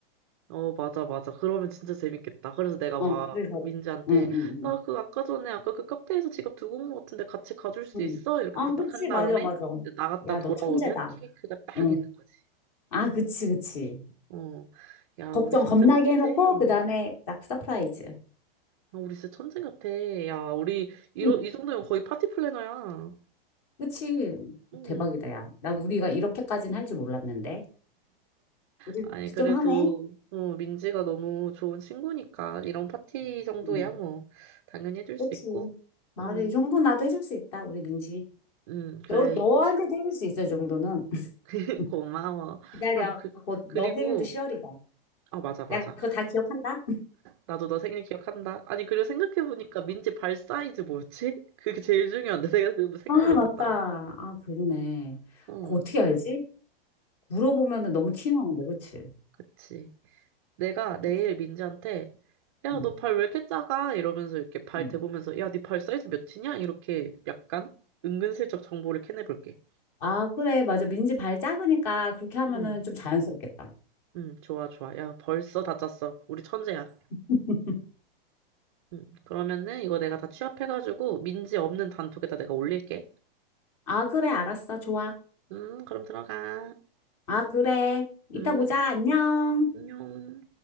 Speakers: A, on the right; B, on the left.
A: 어, 맞아, 맞아. 그러면 진짜 재밌겠다. 그래서 내가
B: 어,
A: 막
B: 그래서.
A: 민지한테,
B: 응, 응,
A: 나
B: 응.
A: 그 아까 전에 아까 그 카페에서 지갑 두고 온 것 같은데 같이 가줄 수
B: 응.
A: 있어? 이렇게
B: 아,
A: 부탁한
B: 그치.
A: 다음에
B: 맞아, 맞아.
A: 나갔다
B: 야,
A: 돌아오면
B: 너 천재다.
A: 케이크가 딱
B: 응.
A: 있는 거지.
B: 아, 그치, 그치.
A: 어. 야,
B: 걱정
A: 우리 천재인
B: 겁나게
A: 것
B: 해놓고
A: 같아. 응.
B: 그다음에 딱 서프라이즈.
A: 아, 우리 진짜 천재 같아. 야, 우리 이러,
B: <laughs>
A: 이 정도면 거의 파티 플래너야.
B: 그치.
A: 응.
B: 대박이다, 야. 나 우리가 이렇게까지는 할 줄 몰랐는데. 우리도
A: 아니, 그래도,
B: 좀 하네.
A: 어, 민지가 너무 좋은 친구니까 이런 파티 정도야
B: 응.
A: 뭐 당연히 해줄
B: 그치.
A: 수 있고.
B: 맞아.
A: 응,
B: 이 정도 나도 해줄 수 있다, 우리 민지.
A: 응, 그래.
B: 너, 너한테도 해줄 수 있어, 정도는. <laughs>
A: <laughs> 고마워.
B: 기다려.
A: 아, 그,
B: 곧 너
A: 그리고,
B: 생일도 10월이다.
A: 아, 맞아, 맞아.
B: 내가 그거 다 기억한다.
A: 나도 너 생일 기억한다. 아니, 그리고 생각해보니까 민지 발 사이즈 뭐였지? 그게 제일 중요한데, 내가 그 생각을
B: 아,
A: 못했다.
B: 맞다. 아, 그러네.
A: 응,
B: 그거 어떻게 알지? 물어보면 너무 티나는데, 그치?
A: 그치. 내가
B: 어떡,
A: 내일 민지한테, 야,
B: 응,
A: 너 발 왜 이렇게 작아? 이러면서 이렇게 발
B: 응.
A: 대보면서, 야, 네 발 사이즈 몇이냐? 이렇게 약간 은근슬쩍 정보를 캐내볼게.
B: 아, 그래. 맞아. 민지 발 작으니까 그렇게 하면은
A: 응,
B: 좀 자연스럽겠다.
A: 응, 좋아, 좋아. 야, 벌써 다 짰어. 우리 천재야.
B: <laughs>
A: 응, 그러면은 이거 내가 다 취합해가지고, 민지 없는 단톡에다 내가 올릴게.
B: 아, 그래. 알았어. 좋아.
A: 음, 그럼 들어가.
B: 아, 그래. 이따
A: 음,
B: 보자. 안녕.
A: 안녕.